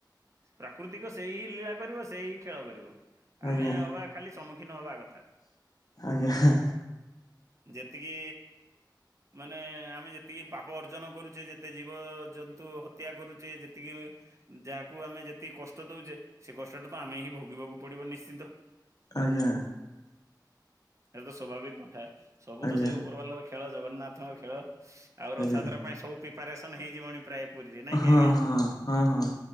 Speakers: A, on the right; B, on the left.
A: ପ୍ରାକୃତିକ ସେଇ ହିଁ ଲୀଳା କରିବ। ସେଇ ହିଁ ଖେଳ କରିବ।
B: ଆଜ୍ଞା
A: ଆମେ ଅବା ଖାଲି ସମ୍ମୁଖୀନ ହବା କଥା।
B: ଆଜ୍ଞା।
A: ଯେତିକି ମାନେ ଆମେ ଯେତିକି ପାପ ଅର୍ଜନ କରୁଛେ ଯେତେ ଜୀବଜନ୍ତୁ ହତ୍ୟା କରୁଛେ। ଯେତିକି ଯାହାକୁ ଆମେ ଯେତିକି କଷ୍ଟ ଦଉଛେ ସେ କଷ୍ଟଟା ତ ଆମେ ହିଁ ଭୋଗିବାକୁ ପଡିବ ନିଶ୍ଚିନ୍ତ।
B: ଆଜ୍ଞା
A: ଏଇଟା ତ ସ୍ୱାଭାବିକ କଥା। ସବୁ
B: ଆଜ୍ଞା
A: ତ ସେଇ ଉପର ବାଲାର ଖେ ଖେଳ ଜଗନ୍ନାଥଙ୍କ ଖେଳ ଆଉ ରଥଯାତ୍ରା
B: ଆଜ୍ଞା
A: ପାଇଁ ସବୁ ପ୍ରିପାରେସନ ହେଇଯିବଣି ପ୍ରାୟ ପୁରୀରେ ନାଇଁ କି
B: ହଁ
A: ଆଜ୍ଞା
B: ହଁ ହଁ ହଁ